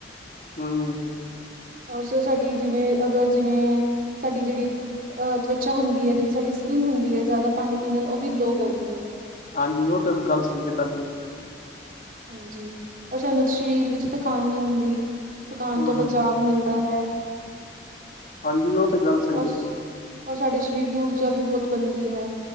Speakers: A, on the left; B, on the right.
A: ਹਣ
B: ਔਰ ਸਰ ਸਾਡੀ ਜਿਵੇਂ, ਅਗਰ ਜਿਵੇਂ ਸਾਡੀ ਜੇੜੀ ਅਹ ਤਵਚਾ ਹੁੰਦੀ ਐ ਜੇੜੀ ਸਾਡੀ ਸਕਿੰਨ ਹੁੰਦੀ ਐ, ਜ਼ਿਆਦਾ ਪਾਣੀ ਪੀਣ ਨਾਲ ਉਹ ਵੀ ਗਲੋ ਕਰਦੀ ਐ।
A: ਹਾਂਜੀ ਉਹ ਕਿਉਂ ਗੱਲ ਸੁਣਨਗੇ ਤਾਡੀ।
B: ਹਾਂਜੀ ਪਰ ਸਾਨੂੰ ਸਰੀਰ ਵਿੱਚ ਥਕਾਨ ਨ੍ਹੀਂ ਹੁੰਦੀ, ਥਕਾਨ
A: ਹੂੰ,
B: ਤੋਂ ਬਚਾਅ
A: ਹੂੰ।
B: ਮਿਲਦਾ ਹੈ।
A: ਹਾਂਜੀ ਓ ਤੇ ਗੱਲ ਸਈ
B: ਔਰ
A: ਏ।
B: ਔਰ ਸਾਡੇ ਸਰੀਰ ਦੀ ਊਰਜਾ ਵੀ ਬੋਤ ਬਣਦੀ ਐ।